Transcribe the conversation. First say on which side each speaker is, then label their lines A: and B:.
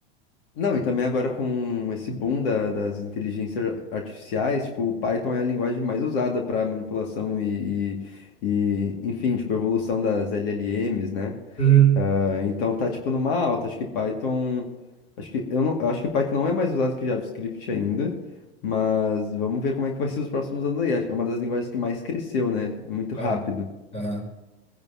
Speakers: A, on the left; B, on the left.
A: Não, e também agora com esse boom da- das inteligências ar- artificiais, tipo, o Python é a linguagem mais usada para manipulação e, e, e, enfim, tipo, evolução das LLMs, né?
B: Uhum.
A: Ah, então tá, tipo, numa alta. Acho que Python. Acho que, eu não, acho que Python não é mais usado que JavaScript ainda, mas vamos ver como é que vai ser os próximos anos aí. É uma das linguagens que mais cresceu, né? Muito rápido.
B: Ah, aham.